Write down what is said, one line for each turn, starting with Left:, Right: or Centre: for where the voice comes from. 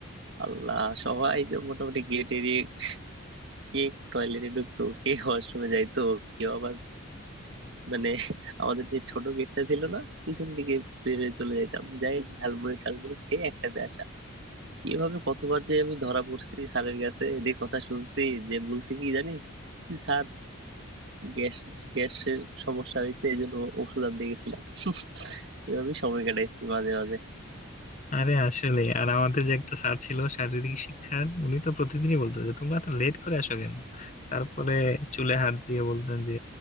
Right: আল্লাহ সবাই তো মোটামুটি গেট এড়িয়ে কে টয়লেটে ঢুকতো কে ওয়াশরুমে যাইতো কেউ আবার মানে আমাদের যে ছোট গেটটা ছিল না পিছন দিকে বের হয়ে চলে যাইতাম যাই ঝালমুড়ি টালমুড়ি খেয়ে একসাথে আসা এভাবে কতবার যে আমি ধরা পড়ছি স্যারের কাছে এদের কথা শুনছি যে বলছি কি জানিস স্যার গ্যাস গ্যাসের সমস্যা হয়েছে এই জন্য ওষুধ আনতে গেছিলাম এভাবে সময় কাটাইছি মাঝে মাঝে
Left: আরে আসলে আর আমাদের যে একটা স্যার ছিল শারীরিক শিক্ষার উনি তো প্রতিদিনই বলতো যে তোমরা তো লেট করে আসো কেন তারপরে চুলে হাত দিয়ে বলতেন যে